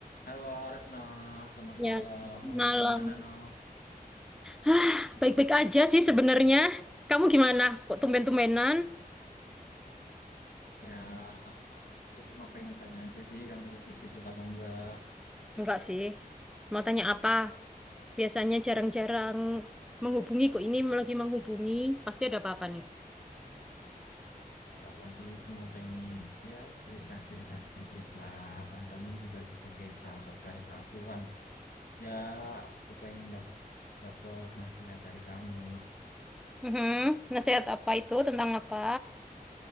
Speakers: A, on the left; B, in the centre.
A: Halo Retno, selamat
B: Ya,
A: malam. Kamu
B: malam.
A: lagi di mana, No?
B: Hah, baik-baik aja sih sebenarnya. Kamu gimana? Kok tumben-tumbenan?
A: Ya, aku cuma pengen tanya aja sih, kamu lagi sibuk atau enggak?
B: Enggak sih. Mau tanya apa? Biasanya jarang-jarang menghubungi. Kok ini lagi menghubungi? Pasti ada apa-apa nih.
A: Apa sih, cuma pengen ya cerita-cerita sedikit lah. Kan kamu juga sebagai sahabat karib aku kan. Ya, aku pengen dap dapet nasihat dari kamu.
B: Mhm. Nasihat apa itu? Tentang apa?